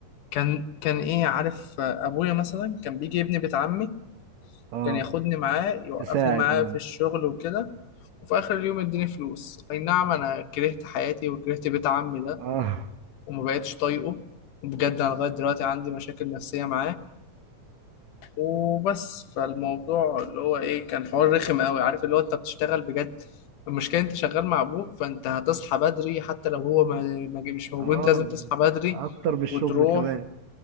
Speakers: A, on the left; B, on the right.
A: كان كان إيه عارف آه، أبويا مثلا كان بيجي ابني بيت عمي
B: اه
A: كان ياخدني معاه يوقفني
B: تساعد
A: معاه
B: معاه
A: في الشغل وكده وفي آخر اليوم يديني فلوس أي نعم أنا كرهت حياتي وكرهت بيت عمي ده
B: <laughs> اه
A: وما بقتش طايقه وبجد أنا لغاية دلوقتي عندي مشاكل نفسية معاه وبس فالموضوع اللي هو ايه كان حوار رخم قوي عارف اللي هو انت بتشتغل بجد المشكله انت شغال مع ابوك فانت هتصحى بدري حتى لو هو ما ما جه- مش موجود
B: اه
A: انت لازم تصحى بدري
B: أكتر من الشغل
A: وتروح
B: كمان